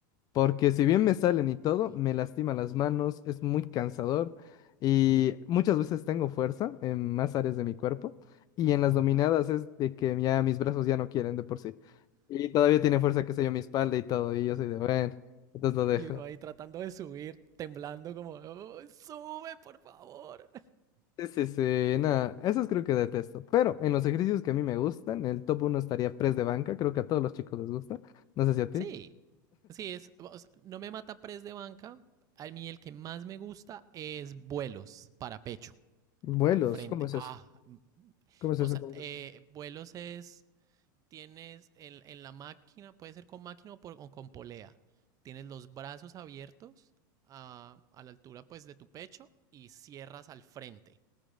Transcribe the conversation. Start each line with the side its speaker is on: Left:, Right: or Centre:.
Left: Porque si bien me salen y todo,
Right: Ugh.
Left: me lastima las manos, es muy cansador y
Right: Mm,
Left: muchas veces tengo fuerza en más áreas de mi cuerpo y en las
Right: Ajá.
Left: dominadas es de que ya mis brazos ya no quieren de por sí. Y todavía tiene fuerza, qué sé yo, mi espalda y todo y yo soy de, bueno, entonces lo dejo.
Right: Y uno ahí tratando de subir, temblando como, "Oh, sube, por favor.
Left: Sí, sí, sí, nada, esos creo que detesto. Pero en los ejercicios que a mí me gustan, el top uno estaría press de banca, creo que a todos los chicos les gusta. No sé si a ti.
Right: Sí, sí, es, o sea, no me mata press de banca. A mí el que más me gusta es vuelos para pecho,
Left: Vuelos,
Right: al frente.
Left: ¿cómo es
Right: Ah,
Left: eso?
Right: mm,
Left: ¿Cómo es
Right: o
Left: eso?
Right: sea,
Left: ¿Cómo
Right: eh,
Left: es eso?
Right: vuelos es, tienes en, en la máquina, puede ser con máquina o, por- o con polea. Tienes los brazos abiertos a, a la altura pues de tu pecho y cierras al frente.